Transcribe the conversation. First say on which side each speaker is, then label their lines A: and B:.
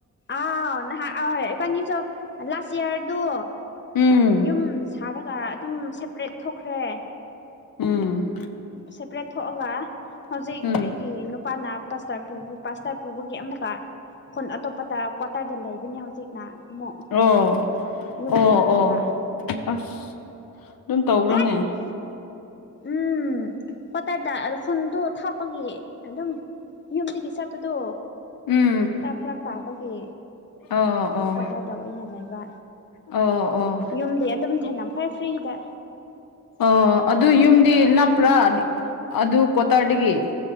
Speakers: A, on the left; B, on the left.
A: ꯑꯥꯎ ꯅꯍꯥꯛ ꯑ ꯏꯕꯥꯅꯤꯁꯨ ꯂꯥꯁ ꯏꯌꯥꯔꯗꯨ
B: ꯎꯝ
A: ꯌꯨꯝ ꯈꯔꯒ ꯑꯗꯨꯝ ꯁꯦꯄꯔꯦꯠ ꯊꯣꯛꯈ꯭ꯔꯦ
B: ꯎꯝ
A: ꯁꯦꯄꯔꯦꯠ ꯊꯣꯛꯑꯒ ꯍꯧꯖꯤꯛ
B: ꯎꯝ
A: ꯑꯩꯒꯤ ꯅꯨꯄꯥꯅ ꯄꯥꯁꯇ ꯄꯥꯁꯇꯔ ꯄꯨꯕꯒꯤ ꯑꯃꯨꯛꯀ ꯈꯨꯟ ꯑꯇꯣꯞꯄꯗ ꯀ꯭ꯋꯥꯇꯔꯗ ꯂꯩꯕꯅꯤ ꯍꯧꯖꯤꯛꯅ ꯑꯃꯨꯛ
B: ꯑꯣ
A: ꯌꯨꯝ
B: ꯑꯣ
A: ꯊꯅꯝꯃꯒ
B: ꯑꯣ ꯑꯁ ꯑꯗꯨꯝ ꯇꯧ꯭ꯔꯣꯅꯦ
A: ꯍꯥꯏ ꯎꯝ ꯀꯇꯇꯥ <unintelligible> ꯈꯟꯗ ꯊꯥꯞꯄꯒꯤ ꯑꯗꯨꯝ ꯌꯨꯝꯗꯒꯤ ꯆꯠꯄꯗꯣ
B: ꯎꯝ
A: ꯆ ꯐꯔꯛ ꯇꯥꯄꯒꯤ
B: ꯑꯣ ꯑꯣ
A: ꯀ꯭ꯋꯥꯇꯔꯗ ꯑꯣꯏꯅ ꯂꯩꯕ
B: ꯑꯣ ꯑꯣ
A: ꯌꯨꯝꯗꯤ ꯑꯗꯨꯝ ꯊꯩꯅꯝ ꯑꯩꯐꯣꯏ ꯐꯔꯤꯗ
B: ꯑꯣ ꯑꯗꯨ ꯌꯨꯝꯗꯤ ꯂꯞꯄ꯭ꯔꯥ ꯑꯗꯨ ꯀ꯭ꯋꯥꯇꯔꯗꯒꯤ